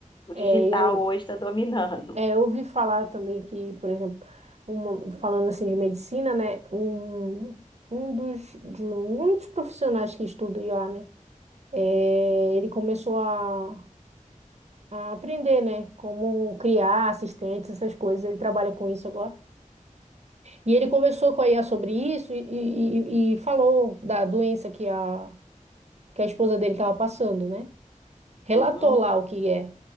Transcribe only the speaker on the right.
é,
eu,
é, eu ouvi falar também que, por exemplo, uma- falando assim de medicina, né? Um, um dos, de um um dos profissionais que estuda IA, né? é, ele começou a, a aprender, né? Como criar assistentes, essas coisas. Ele trabalha com isso agora. E ele conversou com a IA sobre isso e, e- e- falou da doença que a, que a esposa dele estava passando, né? Relatou
lá o que é.